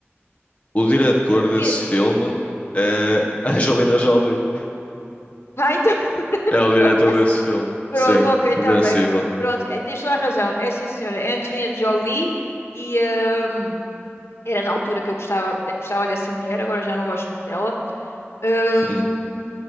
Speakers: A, on the left; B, on the left.
A: o diretor
B: O
A: desse
B: que.
A: filme é <laughs> Angelina Jolie.
B: Vai, então.
A: É, é o diretor
B: <laughs>
A: desse filme.
B: Pronto,
A: Sim,
B: ok,
A: Invencível.
B: está bem. Pronto, é, tens toda a razão. É sim, senhora. É Angelina Jolie e hum, era na altura que eu gostava, eh, gostava dessa mulher, agora já não gosto muito dela. Hum,
A: Hum,